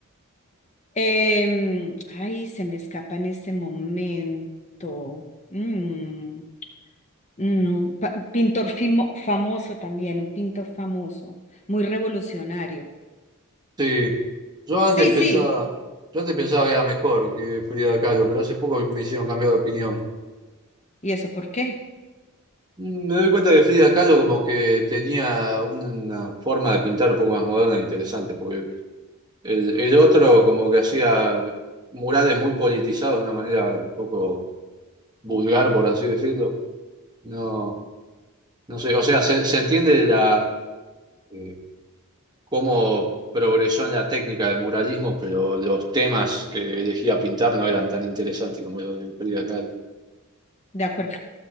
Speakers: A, on the left (about 30°); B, on the right (about 20°).
A: Em, ay, se me escapa en este momento. Mm, no, pa- pintor fimo- famoso también, un pintor famoso, muy revolucionario.
B: Sí, yo
A: Sí,
B: antes
A: sí.
B: pensaba, yo antes pensaba que era mejor que Frida Kahlo, pero hace poco me hicieron cambiar de opinión.
A: ¿Y eso por qué?
B: Mm, Me doy cuenta que Frida Kahlo como que tenía una forma de pintar un poco más moderna e interesante, porque el, el otro como que hacía murales muy politizados de una manera un poco vulgar, por así decirlo. No, no sé, o sea, se, se entiende la... eh, cómo progresó en la técnica del muralismo, pero los temas que elegía pintar no eran tan interesantes como los de Frida Kahlo.
A: De acuerdo.